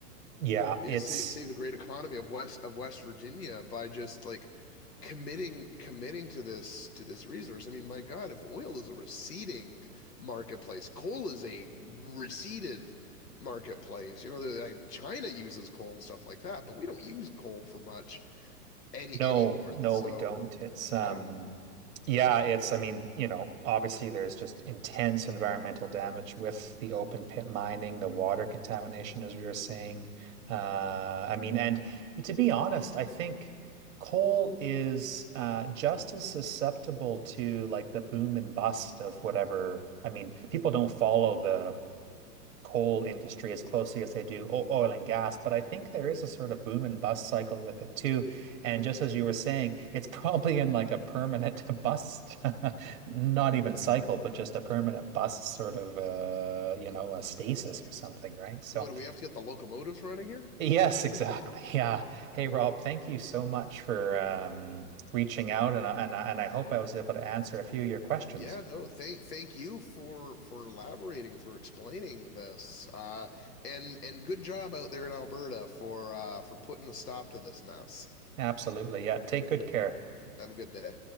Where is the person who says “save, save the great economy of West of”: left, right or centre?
Left